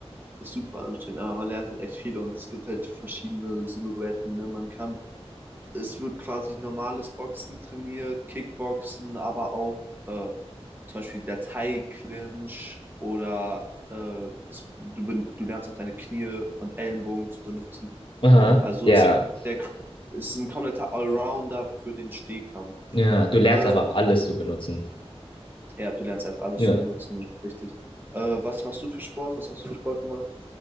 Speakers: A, on the right; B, on the left.
A: ist super anstrengend, aber man lernt halt echt viel und es gibt halt verschiedene Silhouetten, ne? Man kann es wird quasi normales Boxen trainiert, Kickboxen, aber auch äh, zum Beispiel der Thai-Clinch oder äh, es, du, ben- du lernst auch deine Knie und Ellenbogen zu benutzen.
B: Aha.
A: Also
B: Ja.
A: es, der, es ist ein kompletter Allrounder für den Stehkampf.
B: Ja, du lernst
A: Äh,
B: einfach alles zu benutzen.
A: ja, du lernst einfach alles
B: Ja.
A: zu benutzen, das ist richtig. Äh, was machst du für Sport? Was hast du für Sport gemacht?